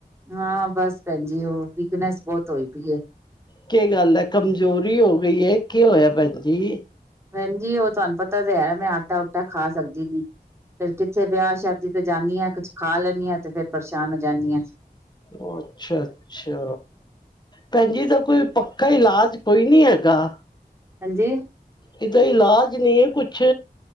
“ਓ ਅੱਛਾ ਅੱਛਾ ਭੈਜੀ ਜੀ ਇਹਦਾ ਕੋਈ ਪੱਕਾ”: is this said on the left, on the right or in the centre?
Left